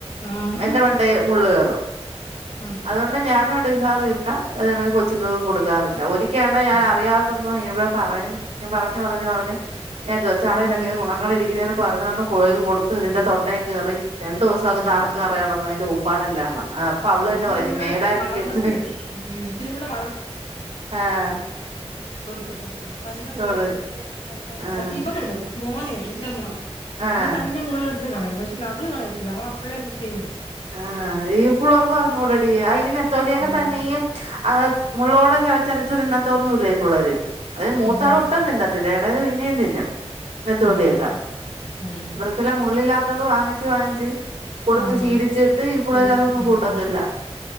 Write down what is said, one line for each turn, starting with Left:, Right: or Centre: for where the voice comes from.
Left: ആഹ്
Right: എന്റെ മണ്ടേൽ മുള്ളുകയറ
Left: ആഹ്
Right: അതുകൊണ്ട് ഞാനും കൊടുക്കാറില്ലെങ്കിൽ കൊച്ചുക്കൾക്കും കൊടുക്കാറില്ല ഒരിക്കലണ്ട ഞാൻ
Left: ഉം
Right: അറിയാതൊന്നും ഇവിടെ പറയ ഞാൻ പറഞ്ഞഞ് പറഞ്ഞഞ് പറഞ്ഞഞ് ഞാൻ ചടയിലൊക്കെ
Left: ഉം
Right: ഗുണങ്ങൾ ഇരിക്കുന്ന പറഞ്ഞഞ്ഞ്ഞഴുകി കൊടുത്ത് പറഞ്ഞോണ്ട് കൊട്ത്ത് ഇതിന്റെ തൊണ്ടയിൽ കയറി രണ്ട ദിവസം അത് കാറി
Left: ആഹ്
Right: കയറി നടടന്നു അതിന്റെ ഊപ്പാടെല്ലാം വന്നു അ അപ്പൊ അവള്
Left: ഇച്ചിരിയും
Right: തന്നെ പറയുന്നു
Left: കൂടെ
Right: മേലാ എനിക്ക്
Left: വളർന്നിട്ട്
Right: എടുത്ത് വക്കും
Left: ഉം ഇച്ചിരിയും കൂടെ
Right: ആഹ
Left: കൊടുത്ത കൊടുക്കണം കന്ന മുള്ളൊക്കെ
Right: കൊടു
Left: എടുത്ത് കഴിക്കാനവന
Right: ആഹ്
Left: എടുക്കും മോന എന്റെ മോൻ
Right: ആഹ്
Left: ഇവൻ തന്നെ മുള്ള എടുത്ത് കളയും പക്ഷെ അവള് കളയത്തില്ല അവള അപ്പോഴേൂതുപ്പും
Right: ആഹ ഈ പിുള്ളേർക്ക് അറിഞ്ഞു കൂടെടീ ഈ നെത്തോലിയൊക്കെ
Left: ആഹ്
Right: തന്നെയും അ മുള്ളോടെ ചവച്ചരച്ച്ുതിന്നത്തൊന്നുമല്ല പിുള്ളേര് അത് മൂത്താൾ
Left: ആഹ്
Right: ഒട്ടും തിന്ന ത്തില്ല അതായത് പിന്നും തതിന്നം ഇന്ന തോലിയൊക്കെ
Left: ഉം ഉം
Right: ഇവർക്കെല്ലാം മുള്ളില്ലാത്ത ത്തത് വാങ്ങിച്ച് വാങ്ങിച്ച് കൊടുത്ത്
Left: ആഹ്
Right: ശീലി വച്ചിട്ട് ഇ പിള്ളേരെ
Left: ശീലിച്ചു
Right: അതൊന്നും
Left: ഉം
Right: കൂട്ടത്തില്ല